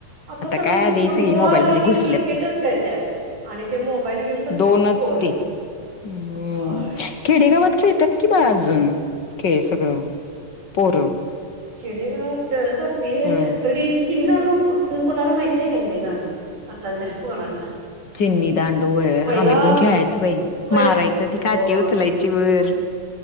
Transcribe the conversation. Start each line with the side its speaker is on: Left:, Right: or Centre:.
Right: आता सगळं
Left: काय
Right: ते
Left: आली
Right: फुटबॉल
Left: सगळी मोबाईल मध्ये
Right: आणि
Left: घुसल्यात
Right: क्रिकेटच खेळत्यात, आणि ते मोबाईल घेऊन बसत्यात,
Left: दोनच
Right: पोर.
Left: ते हम्म.
Right: होय
Left: खेडेगावात खेळतात की बाळ अजून, खेळ सगळं, पोरं.
Right: खेडेगावात खेळत अस तील,
Left: होय
Right: कडी चिनीदांडू, कोणाला माहिती आहे चीनीदांडू, आताच्या पोरांना.
Left: चिनी दांडू <unintelligible>
Right: पहिला
Left: आम्ही पण खेळायाच बई,
Right: पहि
Left: मारायचं ती
Right: होय
Left: काठी उचलायची वर.